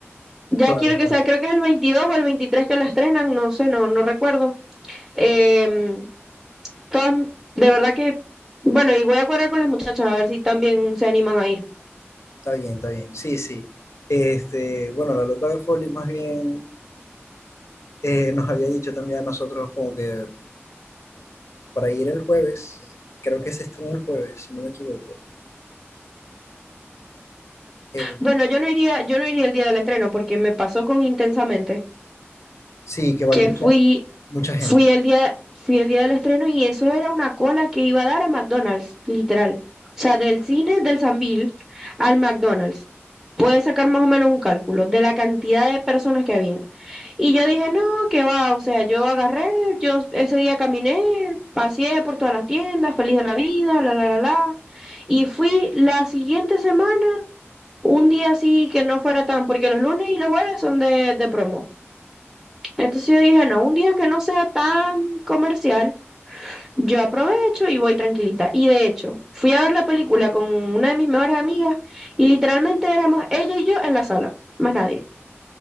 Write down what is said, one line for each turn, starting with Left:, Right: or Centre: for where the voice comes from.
Centre: ya
Left: Claro,
Centre: quiero que
Left: claro,
Centre: sea, creo que es el 22 o el 23 que la estrenan, no sé, no, no recuerdo Em, todas, de verdad que, bueno, y voy a cuadrar con las muchachas a ver si también se animan a ir.
Left: está bien, está bien, sí, sí. Este, bueno, la loca de Foley más bien eh, nos había dicho también a nosotros como que para ir el jueves, creo que se estrena el jueves, si no me equivoco. Eh,
Centre: Bueno, yo no iría, yo no iría el día del estreno porque me pasó con Intensamente,
Left: sí, que va
Centre: que
Left: mucha,
Centre: fui,
Left: mucha gente.
Centre: fui el día, fui el día del estreno y eso era una cola que iba a dar a McDonald's, literal. O sea, del cine del Sambil al McDonald's. Puedes sacar más o menos un cálculo de la cantidad de personas que había. Y yo dije, no, qué va, o sea, yo agarré, yo ese día caminé, paseé por todas las tiendas, feliz de la vida, la, la, la, la. Y fui la siguiente semana, un día así que no fuera tan, porque los lunes y los jueves son de, de promo. Entonces yo dije, no, un día que no sea tan comercial, yo aprovecho y voy tranquilita. Y de hecho, fui a ver la película con una de mis mejores amigas y literalmente éramos ella y yo en la sala, más nadie.